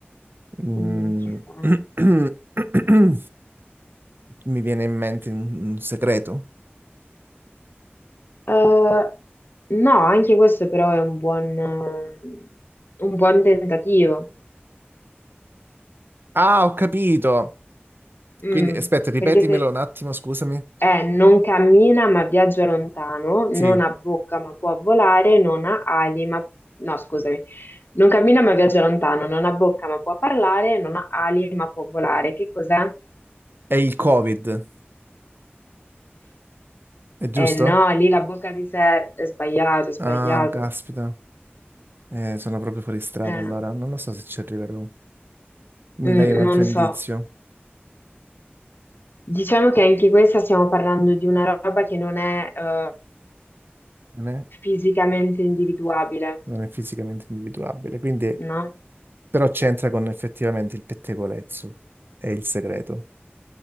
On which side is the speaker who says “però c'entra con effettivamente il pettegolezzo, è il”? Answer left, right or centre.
Right